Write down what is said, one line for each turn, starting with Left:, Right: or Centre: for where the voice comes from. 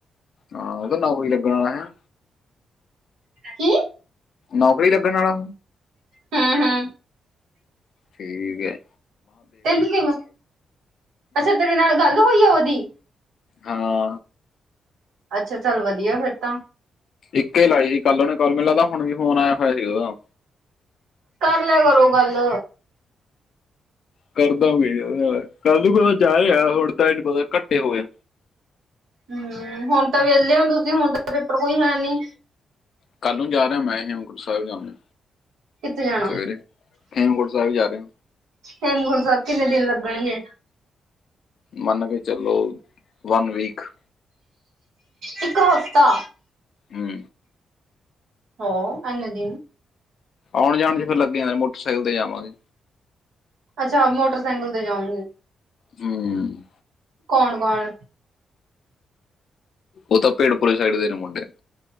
Left: ਹਾਂ ਓਦਾ ਨਾਂ ਕੋਈ ਲੱਗਣਾ ਹੈਂ।
Right: ਕੀ
Left: ਨੌਕਰੀ ਲੱਗਣ ਅਲਾ
Right: ਹੂੰ-ਹੂੰ
Left: ਠੀਕ ਐ।
Right: ਤੈਨੂੰ ਕਿਵੇਂ ਅੱਛਾ ਤੇਰੇ ਨਾਲ ਗੱਲ ਹੋਈ ਐ ਉਦੀ
Left: ਹਾਂ
Right: ਅੱਛਾ, ਚੱਲ ਵਧੀਆ ਫੇਰ ਤਾਂ।
Left: ਇੱਕੇ ਲਾਈ ਸੀ ਕੱਲ ਓਨੇ ਕੋਲ, ਮਿਨ ਲਗਦਾ ਹੁਣ ਵੀ ਫੋਨ ਆਇਆ ਹੋਇਆ ਸੀ ਓਦਾ।
Right: ਕਰ ਲੇਆ ਕਰੋ ਗੱਲ।
Left: ਕਰਦਾ ਵੀ, ਕੱਲ ਨੂੰ ਪਤਾ ਜਾ ਰਿਹਾ ਹੁਣ ਤਾਂ ਏਹਨੂੰ ਪਤਾ ਘੱਟੇ ਹੋ ਗਯਾ।
Right: ਹੂੰ, ਹੁਣ ਤਾਂ ਵੇਲੇ ਔਂ ਤੁਸੀ, ਹੁਣ ਤਾਂ ਪੇਪਰ ਕੋਈ ਹੈ ਨੀ?
Left: ਕੱਲ ਨੂੰ ਜਾ ਰਿਹਾ ਮੈਂ ਹੇਮਕੁੰਟ ਸਾਹਿਬ ਜਾਨਾ,
Right: ਕਿੱਥੇ ਜਾਣਾ
Left: ਸਵੇਰੇ ਹੇਮਕੁੰਟ ਸਾਹਿਬ ਜਾ ਰਿਹਾ।
Right: ਹੇਮਕੁੰਟ ਸਾਬ ਕਿੰਨੇ ਦਿਨ ਲੱਗਣਗੇ?
Left: ਮੰਨ ਕੇ ਚਲੋ, ਵਨ ਵੀਕ।
Right: ਇੱਕ ਹਫ਼ਤਾ!
Left: ਹੂੰ।
Right: ਹਾ! ਐਨੇ ਦਿਨ
Left: ਆਉਣ ਜਾਣ 'ਚ ਫੇਰ ਲੱਗੇ ਹੀ ਜਾਨੇ ਆਂ, ਮੋਟਰਸੈਕਲ ਤੇ ਜਾਵਾਂਗੇ।
Right: ਅੱਛਾ, ਮੋਟਰਸੈਕਲ ਤੇ ਜਾਓਗੇ।
Left: ਹੂੰ।
Right: ਕੌਣ ਕੋਣ?
Left: ਓਤਾ ਪੇੜ ਪੁਰੇ ਸਾਈਡ ਦੇ ਨੇ ਮੁੰਡੇ।